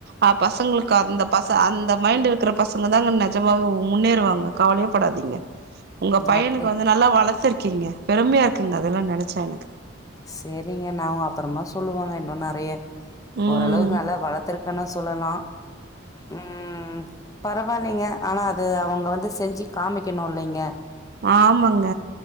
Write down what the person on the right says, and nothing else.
அ பசங்களுக்கு அந்த பச அந்த மைண்ட் இருக்குற பசங்க தாங்க நஜமாவே முன்னேறுவாங்க கவலையேப் படாதீங்க உங்க
பையனுக்கு
வந்து நல்லா வளத்துருக் கீங்க பெருமையா இருக்குங்க அதெல்லா நெனச்சா எனக்கு
ம்
ஆமாங்க.